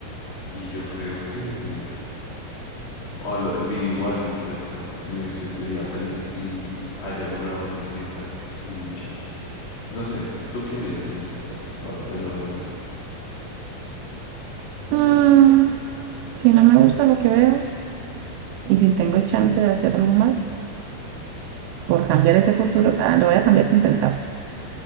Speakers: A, on the left; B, on the right.
A: Y yo creo que al- vi- igual viceversa, me sentiría feliz si haya logrado mis metas y dichas. No sé, ¿tú qué harías en ese caso? Ahora te lo devolver.
B: Mm, si no me gusta lo que veo. Y si tengo chance de hacer algo más por cambiar ese futuro, ah, lo voy a cambiar sin pensar.